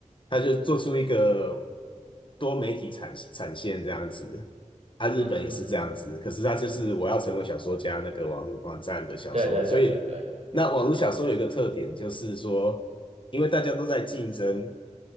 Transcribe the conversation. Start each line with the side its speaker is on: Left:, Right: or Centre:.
Left: 他就做出一个多媒体产产线这样子。啊，日本也是这样子，
Right: 嗯嗯嗯，
Left: 可是他就是我要成为小说家那个网网站的小说，
Right: 对对对对对
Left: 所以。那网络小说有一个特点，就是说，因为大家都在竞争，